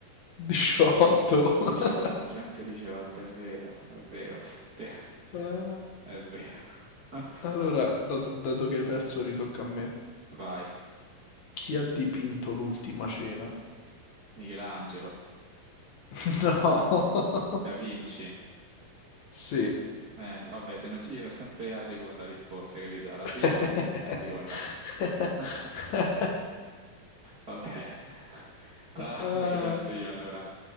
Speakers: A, on the left; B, on the right.
A: 18.
B: 18,
A: <laughs>
B: 118, è vero, è vero, Beh,
A: Eh,
B: è vero. <laughs>
A: Allora, dato, dato che hai perso, ritocca a me.
B: Vai,
A: Chi ha dipinto l'ultima cena?
B: Michelangelo,
A: <laughs> No.
B: Da Vinci.
A: Sì.
B: Eh, vabbè, se non ci... io ho sempre la seconda risposta, capito? La
A: <laughs>
B: prima, mm, è la seconda. <laughs> Vabbè, allora,
A: Ah.
B: mo ci penso io allora.